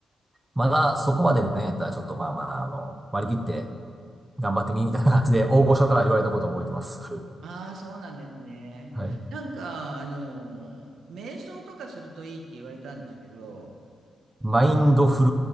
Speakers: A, on the right; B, on the right.
A: まだそこまでで何やったら、ちょっとまあまあ、あの、割り切って頑張ってみ、みたいな感じで、大御所から言われたことを覚えてます。
B: ああ、そうなんですね。
A: <laughs> はい。
B: なんか、あの瞑想とかするといいって言われたんですけど、
A: マインドフ